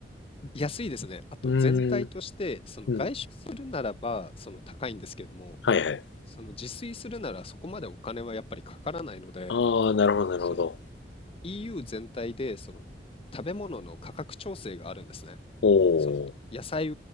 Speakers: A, on the left; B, on the left.
A: 安いですね。あと全体として、
B: うーん。
A: その外食するならば、
B: うん。
A: その高いんですけども、
B: はいはい。
A: その自炊するならそこまでお金はやっぱりかからないので、
B: ああ、なるほど、なるほど。
A: その EU 全体でその食べ物の価格調整があるんですね。
B: おお。
A: その野菜